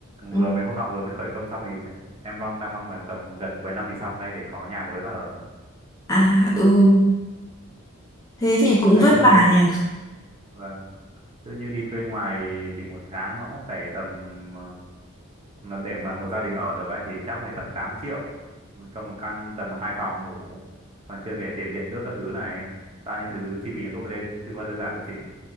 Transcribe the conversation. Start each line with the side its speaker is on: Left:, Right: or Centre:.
Left: ừ.
Right: vừa mấy hôm nọ vừa mới khởi công xong thì <laughs> em mong đang mong là tầm gần cuối năm thì xong đây để có nhà mới mà ở
Left: À ừ thế thì cũng
Right: là
Left: vất
Right: chứ
Left: vả
Right: như
Left: nhỉ.
Right: vâng chứ như đi thuê ngoài thì một tháng nó cũng phải tầm ờ, Mà để mà một gia đình ở được ấy thì chắc phải tầm 8 triệu cho một căn tầm 2 phòng ngủ còn chưa kể tiền điện nước các thứ này bao nhiêu thứ chi phí nó đội lên chứ có đơn giản đâu chị